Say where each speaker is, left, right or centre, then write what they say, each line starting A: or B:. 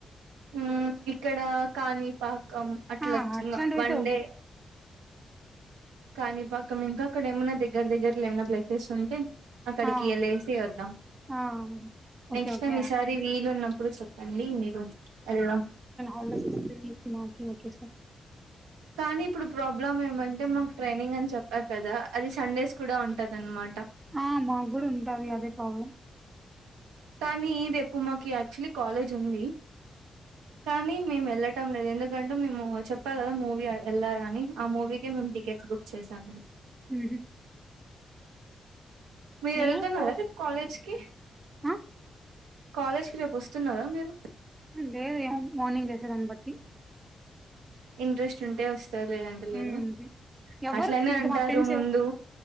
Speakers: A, on the right; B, on the right.
A: ఆ ఇక్కడ కాణిపాకం అట్ల
B: ఆ
A: చ్
B: అట్లాంటివయితే
A: ఇంగా వన్ వన్డే
B: ఓకే
A: కానిపాకం ఇంకా అక్కడ ఏమన్నా దగ్గర దగ్గరలో ఏమైనా ప్లేసెస్ ఉంటే ఆక్కడికి
B: ఆ
A: ఏళ్లేసి వద్దాం
B: ఆ ఓకే
A: నెక్స్ట్
B: ఓకే
A: టైం ఈసారి
B: అట్లా
A: వీ వీలు ఉన్నప్పుడు చెప్పండి మీరు ఏళ్దాం
B: ఆలోచిస్తూ మీకి మాకి ఒకేసారి
A: కానీ ఇప్పుడు ప్రాబ్లమ్ ఏమంటే మకి ట్రైనింగ్ అని చెప్పా కదా అది సండేస్ కూడా ఉంటది అనమాట
B: ఆ మాకు గూడ ఉంటది అదే ప్రాబ్లం
A: కానీ రేపు మాకి యాక్చులీ కాలేజ్ ఉంది కానీ మేం వెళ్ళటం లేదు ఎందుకంటే మేము చెప్పా కదా మూవీ ఆ వెళ్లాలని ఆ మూవీకే మేము టికెట్స్ బుక్ చేసాం
B: ఉహు
A: మీరు
B: నేను
A: వెళ్తున్నారా
B: ఫోర్
A: రేపు కాలేజ్ కి
B: ఆ
A: కాలేజ్ కి రేపు వస్తున్నారా మీరు
B: హా లేదు యాన్ మార్నింగ్ లేసే దాన్ని బట్టి
A: ఇంట్రెస్ట్ ఉంటే వస్తారు లేదంటే లేదుా
B: ఉమ్ అంతే ఎవరు
A: అట్లనే
B: ఇంకా
A: అంటారు
B: మా ఫ్రెండ్స్
A: ముందు
B: ఎవరు